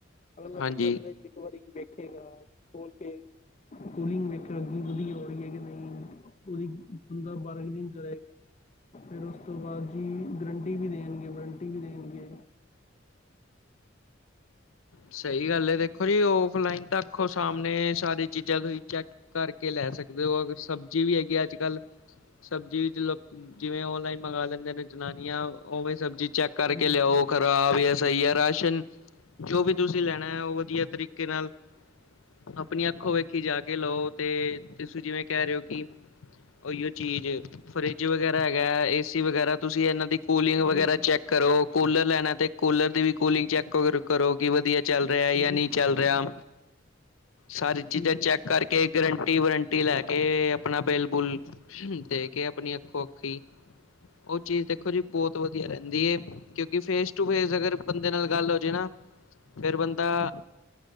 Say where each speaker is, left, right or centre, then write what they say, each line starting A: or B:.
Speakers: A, on the left (about 35°); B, on the left (about 85°).
A: ਅਗਲਾ
B: ਹਾਂਜੀ
A: ਬੰਦਾ ਫਰਿੱਜ ਇੱਕ ਵਾਰੀ ਵੇਖੇਗਾ ਖੋਲ ਕੇ ਕੂਲਿੰਗ ਵੇਖ ਵਧੀਆ ਹੋ ਕਿ ਨਹੀਂ ਉਹਦੀ ਬੰਦਾ ਬਾਰਗੇਨਿੰਗ ਕਰੇ ਫਿਰ ਉਸ ਤੋਂ ਬਾਅਦ ਜੀ ਗਰੰਟੀ ਵੀ ਦੇਣਗੇ ਵਰੰਟੀ ਵੀ ਦੇਣਗੇ
B: ਸਹੀ ਗੱਲ ਹੈ ਦੇਖੋ ਜੀ ਔਫਲਾਈਨ ਤੱਕ ਸਾਹਮਣੇ ਸਾਰੀ ਚੀਜ਼ਾਂ ਤੁਸੀਂ ਚੈੱਕ ਕਰਕੇ ਲੈ ਸਕਦੇ ਹੋ ਅਗਰ ਸਬਜ਼ੀ ਵੀ ਹੈਗੀ ਅੱਜ ਕੱਲ੍ਹ ਸਬਜ਼ੀ ਜਿਵੇਂ ਓਨਲਾਈਨ ਮੰਗਵਾ ਲੈਂਦੇ ਨੇ ਜਨਾਨੀਆਂ ਉਵੇ ਸਬਜ਼ੀ ਚੈੱਕ
A: ਹਾਂਜੀ
B: ਕਰਕੇ ਲਿਆਓ
A: ਹਾਂਜੀ
B: ਖਰਾਬ ਜਾਂ ਸਹੀ ਹੈ ਰਾਸ਼ਨ ਜੋ ਵੀ ਤੁਸੀਂ ਲੈਣਾ ਹੈ ਉਹ ਵਧੀਆ ਤਰੀਕੇ ਨਾਲ ਆਪਣੀ ਅੱਖੋ ਵੇਖੀ ਜਾ ਕੇ ਲਓ ਤੇ ਤੁਸੀਂ ਜਿਵੇਂ ਕਹਿ ਰਹੇ ਹੋ ਕਿ ਉਹੀ ਚੀਜ਼ ਫਰਿੱਜ ਵਗੈਰਾ ਹੈਗਾ, ਏਸੀ ਵਗੈਰਾ ਤੁਸੀਂ ਇਹਨਾਂ ਦੀ ਕੂਲਿੰਗ
A: ਉਹੀ
B: ਵਗੈਰਾ
A: ਤਾਂ,
B: ਚੈੱਕ ਕਰੋ। ਕੂਲਰ ਲੈਣਾ ਤੇ ਕੂਲਰ ਦੀ ਵੀ ਕੂਲਿੰਗ ਚੈੱਕ ਕਰੋ ਕਿ ਵਧੀਆ ਚੱਲ ਰਿਹਾ
A: ਬਿਲਕੁਲ
B: ਜਾਂ
A: ਜੀ
B: ਨਹੀਂ ਚੱਲ ਰਿਹਾ ਸਾਰੀ ਚੀਜ਼ਾਂ
A: ਬਿਲਕੁਲ।
B: ਚੈੱਕ ਕਰਕੇ ਕੇ ਗਰੰਟੀ ਵਰੰਟੀ ਲੈ ਕੇ ਆਪਣਾ ਬਿਲ ਬੁਲ ਦੇ ਕੇ ਆਪਣੀ ਅੱਖੋ ਅੱਖੀ, ਉਹ ਚੀਜ਼ ਦੇਖੋ ਜੀ ਬਹੁਤ ਵਧੀਆ ਰਹਿੰਦੀ ਏ ਕਿਉਂਕਿ ਫੇਸ ਟੂ ਫੇਸ ਅਗਰ ਬੰਦੇ ਨਾਲ ਗੱਲ ਹੋ ਜਾਏ ਨਾ ਫੇਰ ਬੰਦਾ,